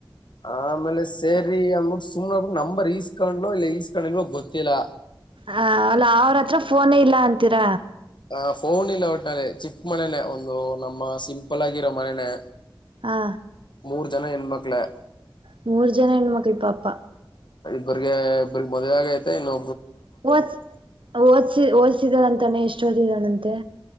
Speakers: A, on the left; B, on the right.
A: ಆಮೇಲೆ ಸೇರಿ ಅಂದ್ಬಿಟ್ಟು ಸುಮ್ನೆಬಟ್ಟ ನಂಬರ್ ಈಸ್ಕೊಂಡ್ಲು ಇಲ್ಲ ಈಸ್ಕಂಡ್ ಇಲ್ವ ಗೊತ್ತಿಲ್ಲ
B: ಹ ಅಲ್ಲ ಅವ್ರ ಹತ್ರ ಫೋನೇ ಇಲ್ಲ ಅಂತೀರ
A: ಆ ಫೋನ್ ಇಲ್ಲ ಒಟ್ ನ ಚಿಕ್ಕ ಮನೆನೆೇ ಒಂದು ನಮ್ಮ ಸಿಂಪಲ್ ಆಗಿರೋ ಮನೆನೆೇ
B: ಹಾ
A: ಮೂರು ಜನ ಹೆಣ್ಮಕ್ಕಳೆ
B: ಮೂರು ಜನ ಹೆಣ್ಮಕ್ಳ ಪಾಪ
A: ಇಬ್ರ್ರಿಗೆ ಇಬ್ರ ಮದುವೆಹಾಗೈತೆ ಇನ್ನು
B: ಓದ ಓದ್ಸಿ ಓದಸಿದರ ಅಂತಾನೆ ಎಷ್ಟು ಓದಿದಳಂತೆ